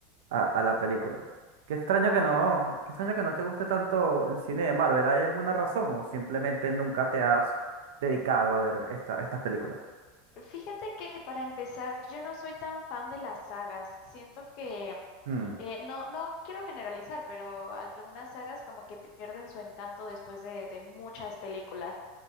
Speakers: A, on the right; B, on the left.
A: a- a la película. Qué extraño
B: Ay,
A: que no, qué extraño que no te guste tanto el cine de Marvel. ¿Hay alguna razón o simplemente nunca te has dedicado a ver esta, estas películas?
B: Fíjate que para empezar, yo no soy tan fan de las sagas. Siento que
A: Mm,
B: eh, no, no quiero generalizar, pero algunas sagas como que pierden su encanto después de, de muchas películas.